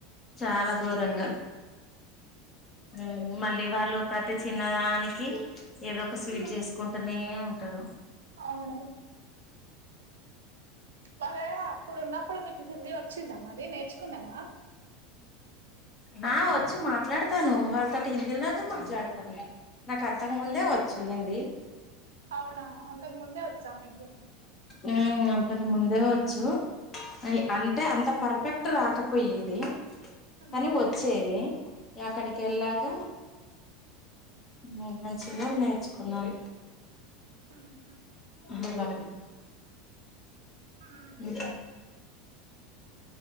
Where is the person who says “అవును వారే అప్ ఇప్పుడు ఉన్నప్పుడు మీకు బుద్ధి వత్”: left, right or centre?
Right